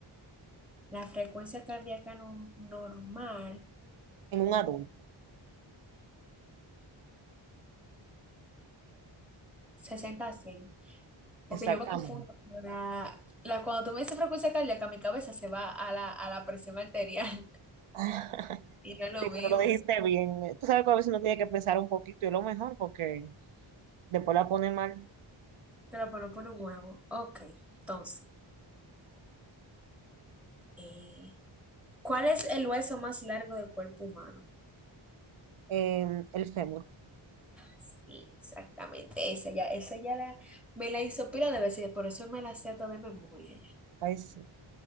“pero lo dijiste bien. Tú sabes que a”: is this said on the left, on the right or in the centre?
Right